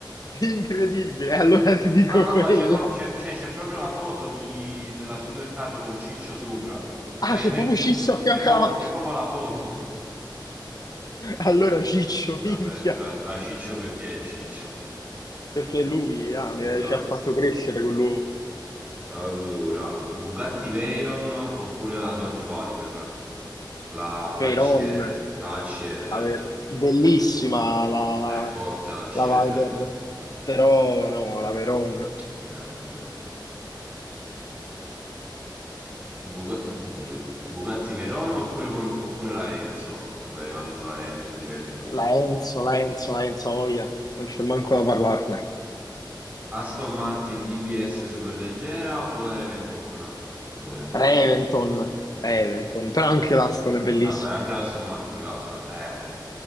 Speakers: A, on the left; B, on the right.
A: Incredibile, allora ti dico
B: No, no,
A: quella.
B: ma c'è po- c'è- c'è- c'è proprio la foto di- della supercar con Ciccio sopra. Cioè,
A: Ah,
B: <laughs>
A: se proprio Cisso a fianco
B: c'è proprio,
A: alla macchina.
B: c'è proprio la foto.
A: Allora Ciccio,
B: Vabbè,
A: minchia.
B: si va, va Ciccio perché è Ciccio.
A: Perché lui ah, mi-
B: Esatto.
A: ci ha fatto crescere quello
B: Allora, Bugatti Veyron oppure la Dodge Viper? La ACR.
A: Veyron.
B: La ACR.
A: La Ver- Bellissima la...
B: È forte la ACR.
A: la Viper. Però no, la Veyron.
B: Veron. Buga- Oddio. Bugatti Veyron oppure, con- oppure la Enzo? Vabbè, io vado sulla Enzo diretto.
A: La Enzo, la Enzo, la Enzo Oia. Non c'è manco da parlarne.
B: Aston Martin DBS superleggera o la Reventon? Vabbè, Reventon.
A: Reventon, Reventon. Però anche l'Aston è bellissima.
B: Vabbè, anche la Aston Martin casa. Eh,